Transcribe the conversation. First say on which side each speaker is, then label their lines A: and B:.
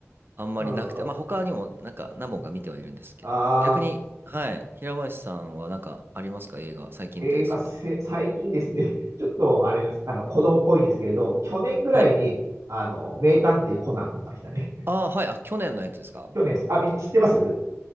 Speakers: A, on the right; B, on the right.
A: あんまりなくて、
B: ー、
A: まあ他にもなんか何本か見てはいるんですけど、
B: あー
A: 逆に、はい、平林さんはなんかありますか映画、最近見たやつとか。
B: 映画せ、最近ですね、<laughs> ちょっとあれです、あの、子供っぽいんですけれど、去年ぐらいに、
A: はい。
B: あの、名探偵コナン見ましたね。<laughs>
A: ああ、はい、あ、去年のやつですか
B: 去年、あ、み知ってます